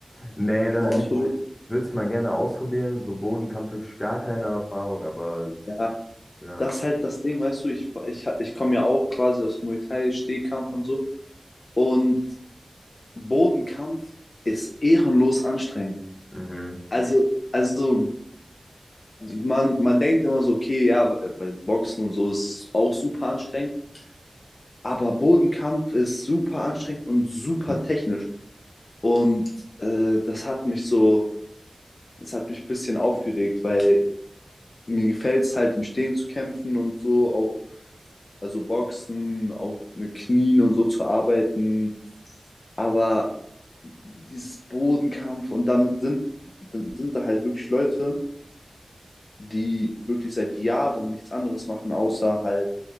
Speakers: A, on the left; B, on the left.
A: Nee,
B: Schon
A: leider
B: mal
A: nicht.
B: ausprobiert?
A: Ich würde es mal gerne ausprobieren. So Bodenkampf wirklich gar keine Erfahrung, aber es,
B: Ja,
A: ja.
B: das ist halt das Ding, weißt du, ich, ich, ich komme ja auch quasi aus Muay Thai, Stehkampf und so. Und Bodenkampf ist ehrenlos anstrengend.
A: Mhm.
B: Also, also man, man denkt immer so, okay, ja, bei Boxen und so ist auch super anstrengend. Aber Bodenkampf ist super anstrengend und super technisch. Und äh, das hat mich so, das hat mich ein bisschen aufgeregt, weil mir gefällt es halt im Stehen zu kämpfen und so, auch also Boxen, auch mit Knien und so zu arbeiten. Aber dieses Bodenkampf und dann sind, dann sind da halt wirklich Leute, die wirklich seit Jahren nichts anderes machen, außer halt